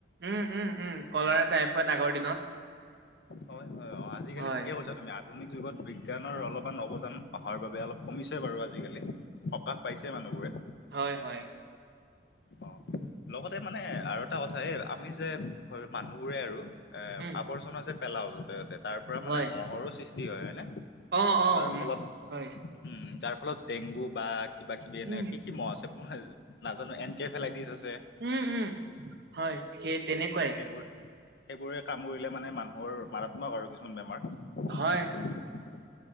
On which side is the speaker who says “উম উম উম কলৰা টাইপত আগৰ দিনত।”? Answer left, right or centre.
Right